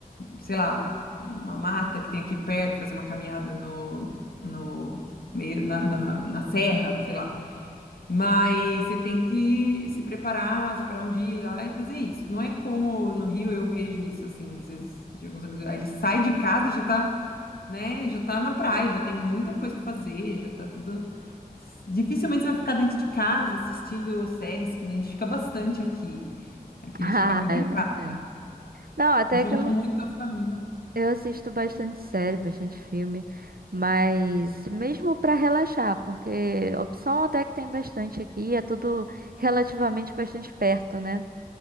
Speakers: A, on the left (about 80°); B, on the right (about 75°).
A: sei lá, uma mata que tem aqui perto, fazer uma caminhada no, no meio, na, na, na serra, sei lá. Mas você tem que se preparar, separar um dia ir lá e fazer isso. Não é como no Rio eu vejo isso assim, às vezes de alguns amigos. Aí ele sai de casa já tá né? Já tá na praia, já tem muita coisa pra fazer, já tá tudo. Dificilmente você vai ficar dentro de casa assistindo séries, que nem a gente fica bastante aqui. Aqui
B: Ah,
A: a gente fica muito
B: é
A: em
B: verdade.
A: casa,
B: Não, até
A: junto
B: que eu,
A: muito a família.
B: eu assisto bastante série, bastante filme, mas mesmo para relaxar, porque opção até que tem bastante aqui, é tudo relativamente bastante perto, né?